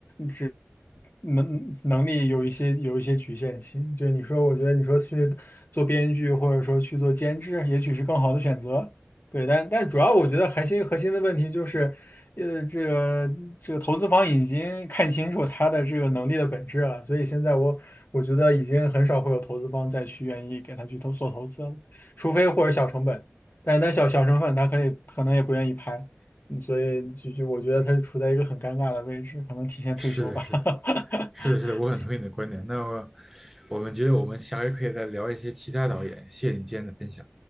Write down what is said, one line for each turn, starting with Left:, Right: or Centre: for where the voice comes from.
Left: 只能能力有一些有一些局限性。就是你说，我觉得你说去做编剧，或者说去做监制，也许是更好的选择。对，但但主要我觉得核心核心的问题就是，呃，这个这个投资方已经看清楚他的这个能力的本质了，所以现在我我觉得已经很少会有投资方再去愿意给他去投做投资了，除非或者小成本，但但小小成本他可以可能也不愿意拍，嗯所以就就我觉得他处在一个很尴尬的位置，可能提前退休吧。
Centre: 是的，是的。
Left: <laughs>
Centre: 是的，是的，我很同意你的观点。那么我们觉得我们下回可以再聊一些其他导演。谢谢你今天的分享。